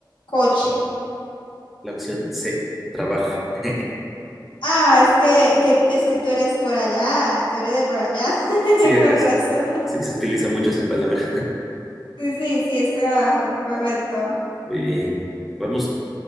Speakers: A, on the left; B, in the centre.
A: coche.
B: La opción C. Trabajo. <laughs>
A: Ah, es que, que es que tú eres por allá, tú eres de por allá, <laughs>
B: Sí, acá
A: con razón.
B: se, sí, se utiliza mucho esa palabra.
A: Sí, sí, sí, es trabajo, correcto.
B: Muy bien. Vamos